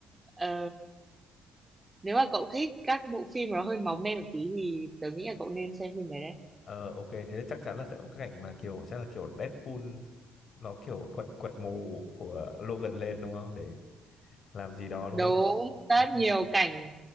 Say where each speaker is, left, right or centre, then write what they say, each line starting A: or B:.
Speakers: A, on the right; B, on the left.
A: Ờ, nếu mà cậu thích các bộ phim nó hơi máu me một tí thì tớ nghĩ là cậu nên xem phim đấy đấy
B: ờ ok thế thì chắc chắn là sẽ có cái cảnh mà kiểu chắc là kiểu Deadpool nó kiểu quật quật mồ của Logan lên đúng không để làm gì đó
A: đúng
B: đúng không
A: rất
B: <laughs>
A: nhiều cảnh